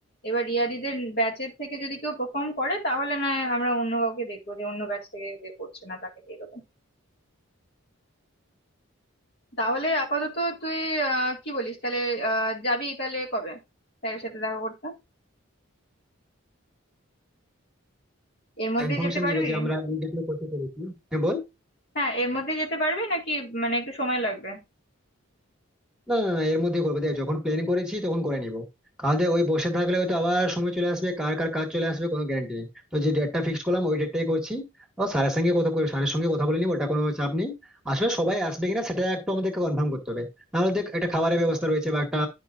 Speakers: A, on the left; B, in the centre.
A: এবার রিয়াদিদের ব্যাচের থেকে যদি কেউ পারফর্ম করে তাহলে না হয় আমরা অন্য কাউকে দেখবো যে অন্য ব্যাচ থেকে যে করছে না তাকে দিয়ে দেবো তাহলে আপাতত তুই আহ কি বলিস তাহলে আহ যাবি তাহলে কবে স্যারের সাথে দেখা করতে এর মধ্যেই
B: ইনফরমেশন
A: যেতে পারবি
B: দিব যে আমরা এই ডেটে করতে চলেছি হ্যাঁ বল
A: হ্যাঁ এর মধ্যেই যেতে পারবি নাকি মানে একটু সময় লাগবে
B: না না না, এর মধ্যে করবো দেখ যখন প্ল্যান করেছি তখন করে নিবো কারণ দেখ ওই বসে থাকলে হয়তো আবার সময় চলে আসবে কার কার কাজ চলে আসবে কোনো গ্যারান্টি নেই তো যে ডেটটা ফিক্স করলাম ওই ডেটটাই করছি ও স্যারের সঙ্গে কথা করে- স্যারের সঙ্গে কথা বলে নিবো ওটা কোনো চাপ নেই আসলে সবাই আসবে কিনা সেটা একটু আমাদেরকে কনফার্ম করতে হবে নাহলে দেখ একটা খাবারের ব্যবস্থা রয়েছে বা একটা